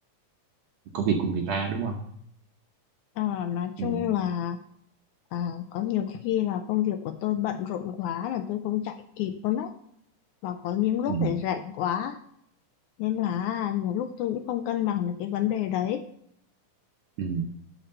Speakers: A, on the right; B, on the left.
A: công việc của người ta đúng không
B: Ờ, nói chung
A: ừ
B: là à, có nhiều khi là công việc của tôi bận rộn quá là tôi không chạy kịp luôn đấy và có những lúc
A: ừ
B: để rảnh quá nên là à, nhiều lúc tôi cũng không cân bằng được cái vấn đề đấy
A: ừ